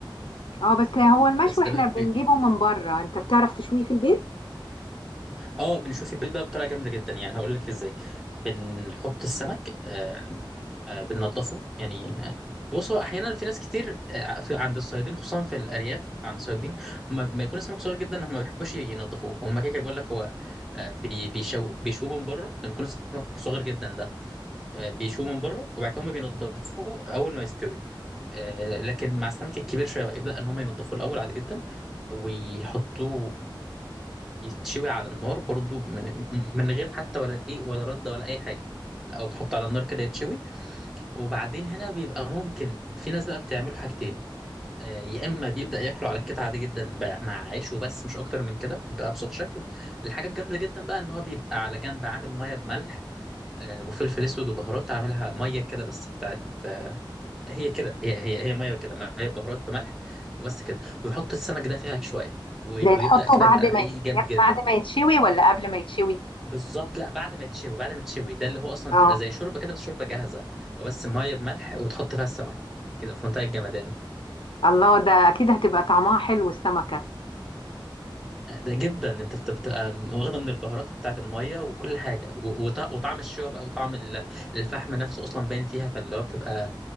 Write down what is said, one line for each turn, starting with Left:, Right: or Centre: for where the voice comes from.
Left: اه بس هو المشوي
Centre: بس
Left: احنا
Centre: ده بقى
Left: بنجيبه
Centre: بي-
Left: من بره انت بتعرف تشويه في البيت
Centre: اه بنشوف البيت بقى بطريقه جامده جدا يعني هقول لك ازاي بنحط السمك آه، آه، بننضفه يعني آه، بص هو احيانا في ناس كتير آه، في- عند الصيادين خصوصا في الارياف عند الصيادين هم لما يكون السمك صغير جدا هم ما بيحبوش ينضفوه هم كده كده بيقول لك هو آه، بي- بيشو بيشوه من بره لما يكون السمك صغير جدا ده آه، بيشوه من بره وبعد كده هم بينضفوه اول ما يستوي آه، لكن مع السمك الكبير شويه بقى يبدا ان هم ينضفوه الاول عادي جدا ويحطوه يتشوي على النار برضو من, من غير حتى ولا دقيق ولا رده ولا اي حاجه او تحط على النار كده يتشوي وبعدين هنا بيبقى ممكن في ناس بقى بتعمله حاجتين آه، يا اما بيبدا ياكله على كده عادي جدا بقى مع عيش وبس مش اكتر من كده بابسط شكل الحاجه الجامده جدا بقى ان هو بيبقى على جنب عامل ميه بملح آه، وفلفل اسود وبهارات عاملها ميه كده بس بتاعت آه، هي كده هي هي هي ميه كده ميه بهارات بملح وبس كده ويحط السمك ده فيها شويه و-
Left: ده يتحطه
Centre: ويبدا كده
Left: بعد
Centre: يبقى حقيقي
Left: ما ي-
Centre: جامد جدا
Left: بعد ما يتشوي ولا قبل ما يتشوي
Centre: بالظبط لا بعد ما يتشوي بعد ما تشوي ده اللي هو اصلا
Left: اه
Centre: تبقى زي شوربه كده بس شوربه جاهزه وبس ميه بملح وتحط فيها السمك كده في منتهى الجمدان
Left: الله ده اكيد هتبقى طعمها حلو السمكة
Centre: ده جدا انت بت- بتبقى واخده من البهارات بتاعه الميه وكل حاجه و- وط- وطعم الشوربه بقى وطعم ال- الفحم نفسه اصلا باين فيها فاللي هو بتبقى